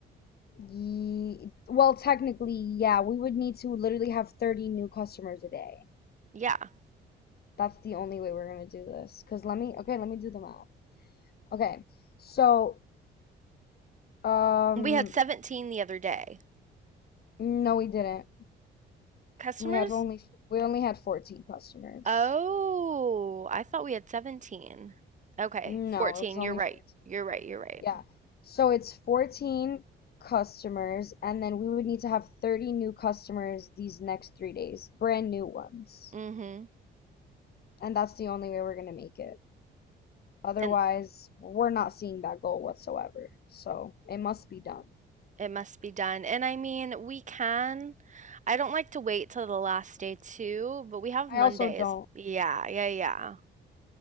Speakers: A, on the left; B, on the right.
A: Ye well, technically, yeah, we would need to literally have 30 new customers a day.
B: Yeah.
A: That's the only way we're gonna do this. Cause let me, okay, let me do the math. Okay, so, um,
B: We had 17 the other day.
A: no, we didn't.
B: Customers?
A: We had only we only had 14 customers.
B: Oh, I thought we had 17. Okay,
A: No,
B: 14.
A: it was only
B: You're right.
A: 14.
B: You're right. You're right.
A: Yeah. So it's 14 customers, and then we would need to have 30 new customers these next three days, brand new ones.
B: Mm-hmm.
A: And that's the only way we're going to make it. Otherwise,
B: And
A: we're not seeing that goal whatsoever. So it must be done.
B: it must be done. And I mean, we can. I don't like to wait till the last day too, but we have
A: I
B: Mondays.
A: also don't.
B: Yeah, yeah, yeah.